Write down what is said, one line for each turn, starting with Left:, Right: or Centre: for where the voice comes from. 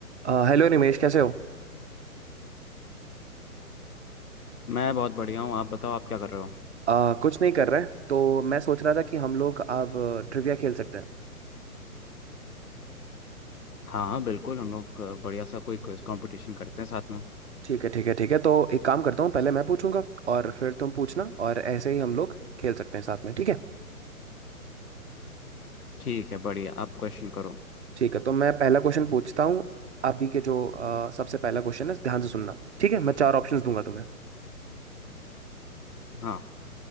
Right: अ, hello Nimesh कैसे हो
Left: मैं बहुत बढ़िया हूँ आप बताओ आप क्या कर रहे हो
Right: अ, कुछ नहीं कर रहे हैं तो मैं सोच रहा था कि हम लोग अब ट्रिविया खेल सकते हैं
Left: हाँ बिल्कुल हम लोग अ, बढ़िया सा कोई क्विज कंपटीशन करते हैं साथ में
Right: ठीक है ठीक है ठीक है तो एक काम करता हूँ पहले मैं पूछूंगा और फिर तुम पूछना और ऐसे ही हम लोग खेल सकते हैं साथ में ठीक है
Left: ठीक है बढ़िया आप क्वेश्चन करो
Right: ठीक है तो मैं पहला क्वेश्चन पूछता हूँ अभी के जो अ, सबसे पहला क्वेश्चन है ध्यान से सुनना ठीक है मैं चार ऑप्शंस दूंगा तुम्हें
Left: हाँ